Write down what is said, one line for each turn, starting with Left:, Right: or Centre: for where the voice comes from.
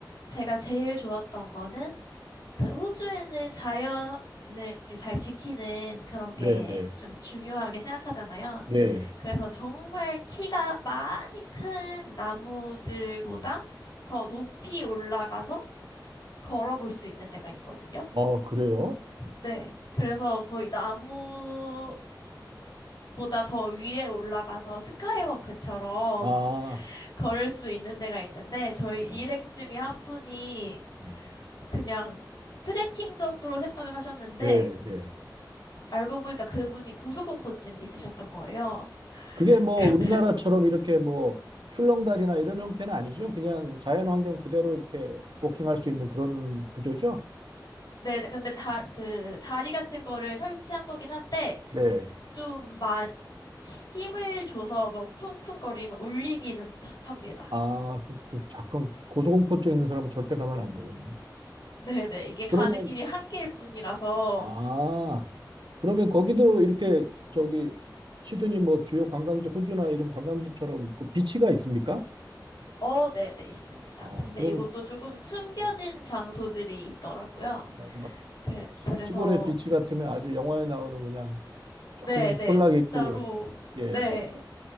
Left: 제가 제일 좋았던 거는 그 호주에는 자연을 잘 지키는 그런 게
Right: 네네.
Left: 좀 중요하게 생각하잖아요.
Right: 네.
Left: 그래서 정말 키가 많이 큰 나무들보다
Right: 음.
Left: 더 높이 올라가서 걸어볼 수 있는 데가 있거든요.
Right: 아, 그래요?
Left: 네. 그래서 거의 나무 보다 더 위에 올라가서 스카이워크처럼
Right: 아,
Left: <laughs> 걸을 수 있는 데가 있는데 저희
Right: 네.
Left: 일행 중에 한 분이
Right: 음.
Left: 그냥 트레킹 정도로 생각을 하셨는데
Right: 네, 네.
Left: 알고 보니까 그분이 고소공포증이 있으셨던 거예요.
Right: 그게 뭐
Left: <laughs>
Right: 우리나라처럼 이렇게 뭐 출렁다리나 이런 형태는 아니죠. 그냥 자연 환경 그대로 이렇게 워킹할 수 있는 그런 구조죠.
Left: 네, 근데 다,
Right: 음.
Left: 그 다리 같은 거를 설치한 거긴 한데
Right: 네.
Left: 좀 막 힘을 줘서 뭐 쿵쿵거리면 울리기는 합니다.
Right: 아, 그, 그 잠깐 고소공포증 있는 사람은 절대 가면 안 되겠네.
Left: <laughs> 네네, 이게 가는
Right: 그러면
Left: 길이 한 길뿐이라서
Right: 아, 그러면 거기도 이렇게 저기 시드니 뭐 주요 관광지 호주나 이런 관광지처럼 그 비치가 있습니까?
Left: 어, 네네, 있습니다.
Right: 아,
Left: 근데
Right: 그러면
Left: 이것도 조금 숨겨진
Right: 네.
Left: 장소들이 있더라고요.
Right: 막, 막
Left: 그래, 그래서,
Right: 시골의 비치 같으면 아주 영화에 나오는 그냥
Left: 네네,
Right: 조그만 촌락
Left: 진짜로,
Right: 있고, 예.
Left: 네.